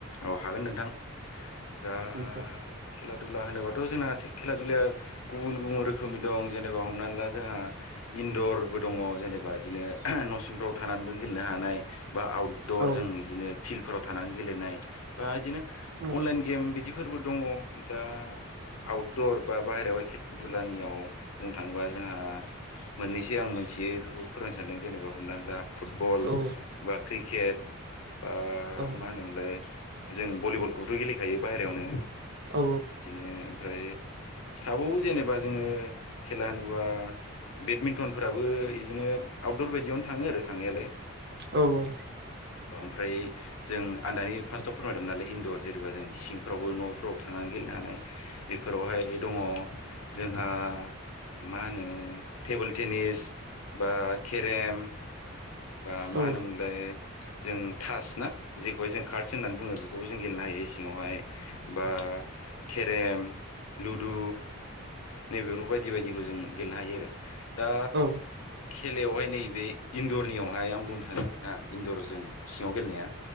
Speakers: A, on the left; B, on the right.
A: औ हागोन नोंथां दा
B: आदसा
A: खेला दुला होनोबाथ जोंना खेला दुलाया गुबुन गुबुन रोखोमनि दं जेनेबा हमनानै ला जोंहा इन्दरबो दङ जेनेबा बिदिनो नसिंफ्राव थानानैबो गेलेनो हानाय बा आउटदर
B: औ
A: जों बिदिनो फिल्डफोराव थानानै गेलेनाय बा बिदिनो
B: औ
A: अनलाइन गेम बिदिफोरबो दंङ' दा आउटदर बा बाहेरायावह खेला दुलानियाव बुंनो थांङोबा जोंहा मोननैसो आं मोनथियो बेफोरखौ फोरोंनो सान्दों जेनेबा हमनानै ला फुटबल
B: औ
A: बा क्रिकेट बा
B: औ
A: मा होनोमोनलाय जों भलिबलखौबोथ गेलेखायो बाहेरायावनो
B: औ
A: बिदिनो ओमफ्राय थाबावो जेनेबा जोङो खेला होनोबा बेडमिन्टनफोराबो बिदिनो आउटदर बायदियावनो थांङो आरो थांनायालाय
B: औ औ।
A: ओमफ्राय जों आं दानि फार्स्टआव फोरमायदोंमोन नालाय इन्दर जेनेब जों सिंफ्रावबो नफ्रावबो थानानै गेलेनो हानाय बेफोरावहाय दंङ जोंहा मा होनो टेबोल टेनिस बा केेरेम बा मा
B: औ
A: होनोमोनलाय जों थास ना जेखौहाय जों कार्डस होननानै बुङो बेखौबो जों गेलेनो हायो सिङावहाय। बा केरेम लुडु नैबेफोर बायदि बायदिखौ जों गेलेनो हायो आरो दा
B: औ
A: खेलायावहाय नैबे इन्दरनियावहाय आं बुंनो थादों दा इन्दरजों सिङाव गेलेनाया